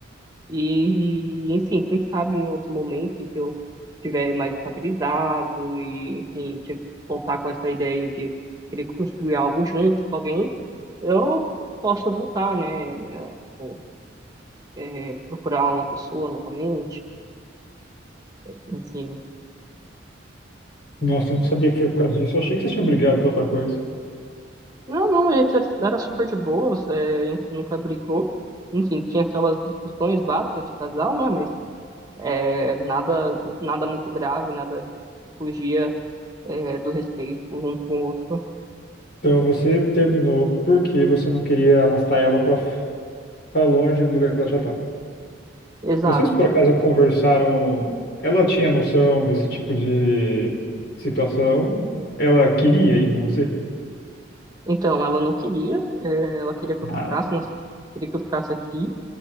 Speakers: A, on the right (about 20°); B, on the left (about 55°).
A: E, enfim, quem sabe em outro momento em que eu estiver mais estabilizado e, enfim, te- voltar com essa ideia de querer construir algo junto com alguém, eu posso voltar, né? é, ou, é, Procurar uma pessoa novamente, enfim.
B: Nossa, eu não sabia que foi por causa disso. Eu achei que vocês tinham brigado por outra coisa.
A: Não, não, a gente era era super de boas, é, a gente nunca brigou. Enfim, tinha aquelas discussões básicas de casal, né? Mas é, nada, nada muito grave, nada tipo, que fugia é, do respeito um com o outro.
B: Então você terminou porque você não queria arrastar ela pra pra longe do lugar que ela já tá.
A: Exato.
B: Vocês por acaso conversaram? Ela tinha noção desse tipo de situação? Ela queria ir com você?
A: Então, ela não queria, é, ela queria que eu
B: Ah,
A: ficasse,
B: ela-
A: nós- queria que eu ficasse aqui.